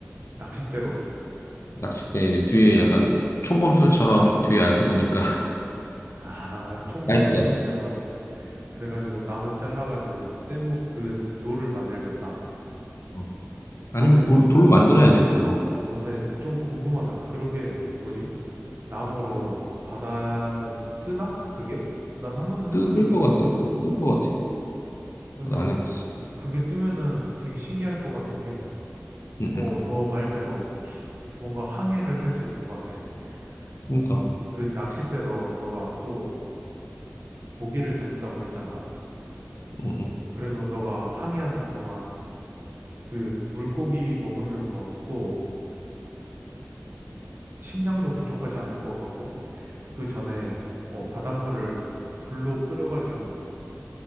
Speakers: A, on the right; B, on the left.
A: 낚싯대로?
B: 낚싯대 이제 뒤에 약간 총검술처럼 <laughs> 뒤에 알고 보니까 <laughs>
A: 아, 총검술처럼
B: 라이프가 있어.
A: 그래가지고 나무 잘라가지고 뗏목 그 노를 만들겠다.
B: 어.
A: 아,
B: 아니면
A: 근
B: 돌, 돌로 만들어야지, 돌로.
A: 어, 근데 좀 궁금하다. 그러게, 뭐지? 나무로 바다에 뜨나? 그게? 난 한 번도 해본
B: 뜰것
A: 적이 없어가지고.
B: 같아. 뜰것 같아.
A: 근데
B: 나도 안 해봤어.
A: 그게 뜨면은 되게 신기할 것 같은 게,
B: 응,
A: 어,
B: 응.
A: 너 말대로 뭔가 항해를 할 수 있을 것 같아. 음,
B: 그러니까,
A: 그 낚싯대로 너가 또 고기를 잡는다고 했잖아.
B: 응, 응.
A: 그래서 너가 항해하는 동안 그 물고기 먹으면서 또 식량도 부족하지 않을 것 같고, 그 전에 어, 바닷물을 불로 끓여가지고